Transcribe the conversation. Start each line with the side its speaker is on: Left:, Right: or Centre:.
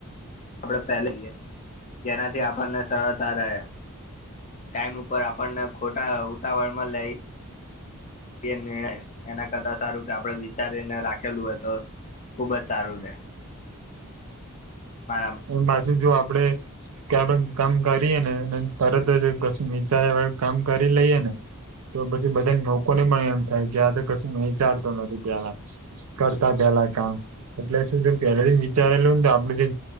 Left: પડે પેલીએ જેનાથી આપણને સરળતા રહે. ટાઈમ ઉપર આપણને ખોટા ઉતાવળમાં લઈ એ નિર્ણય એના કરતા સારું કે આપડે વિચારીને રાખેલું હોય તો ખુબ જ સારું રે. મારા
Right: અન પાસું જો આપડે કે આપણે કામ કરીએને અને તરત જ કશું વિચારીયા વગર કામ કરી લઈએ ને તો પછી બધાન લોકોને પણ એમ થાય કે આતે કશું વિચારતો નથી પેલા કરતા પેલા કામ એટલે શું છે પેલાથીન વિચારેલુંને તો આપડું જે